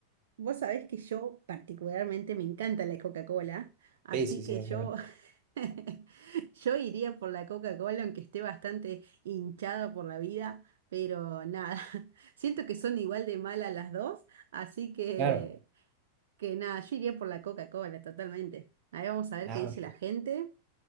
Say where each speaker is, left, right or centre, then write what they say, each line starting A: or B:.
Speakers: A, on the right (about 60°); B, on the right (about 40°).
A: Vos sabés que yo particularmente me encanta la Coca-Cola, así
B: Sí, sí,
A: que
B: sí, también.
A: yo <laughs> Yo iría por la Coca-Cola, aunque esté bastante hinchada por la vida, pero nada, <laughs> siento que son igual de malas las dos, así que,
B: Claro.
A: que nada, yo iría por la Coca-Cola totalmente. Ahí vamos a ver
B: Nada,
A: qué dice
B: perfecto.
A: la gente.